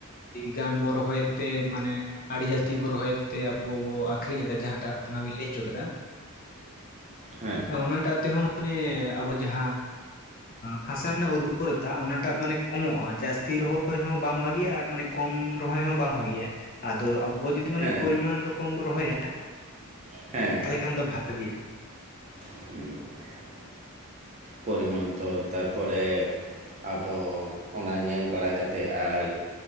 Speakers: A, on the left (about 40°); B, on the right (about 30°).
A: ᱜᱟᱱ ᱵᱚᱱ ᱨᱚᱦᱚᱭ ᱛᱮ ᱢᱟᱱᱮ ᱟᱹᱰᱤ ᱡᱟᱹᱥᱛᱤ ᱵᱚ ᱨᱚᱦᱚᱭ ᱮᱫ ᱛᱮ ᱟᱵᱚ ᱵᱚ ᱟᱹᱠᱷᱨᱤᱧ ᱮᱫᱟ ᱾ ᱡᱟᱦᱟᱸᱴᱟᱜ ᱚᱱᱟ ᱵᱮᱤᱱ ᱞᱟᱹᱭ ᱦᱚᱪᱚ ᱠᱮᱫᱟ,
B: ᱦᱮᱸ
A: ᱚᱱᱟ ᱴᱟᱜ ᱛᱮᱦᱚᱸ ᱢᱟᱱᱮ ᱟᱵᱚ ᱡᱟᱦᱟᱸ ᱦᱟᱥᱟ ᱨᱮᱱᱟᱜ ᱩᱨᱵᱨᱚᱛᱟ ᱚᱱᱟ ᱴᱟᱜ ᱢᱟᱱᱮ ᱠᱚᱢᱚᱜᱼᱟ, ᱡᱟᱹᱥᱛᱤ ᱨᱚᱦᱚᱭ ᱦᱚᱸ ᱵᱟᱝ ᱵᱷᱟᱜᱤᱭᱟ ᱟᱨ ᱢᱟᱱᱮ ᱠᱚᱢ ᱨᱚᱦᱚᱭ ᱦᱚᱸ ᱵᱟᱝ ᱵᱷᱟᱜᱤᱭᱟ, ᱟᱫᱚ ᱟᱵᱚ ᱡᱩᱫᱤ ᱢᱟᱱᱮ
B: ᱦᱮᱸ
A: ᱯᱚᱨᱤᱢᱟᱱ ᱨᱚᱠᱚᱢ ᱵᱚ ᱨᱚᱦᱚᱭᱟ
B: ᱦᱮᱸ
A: ᱛᱟᱦᱚᱞᱮ ᱠᱷᱟᱱ ᱫᱚ ᱵᱷᱟᱜᱤᱜᱼᱟ ᱾
B: <inaudible> ᱯᱚᱨᱤᱢᱟᱱ ᱛᱚ ᱛᱟᱨ ᱯᱚᱨᱮ ᱟᱫᱚ ᱚᱱᱟ ᱧᱮᱞ ᱵᱟᱲᱟ ᱠᱟᱛᱮ ᱟᱨ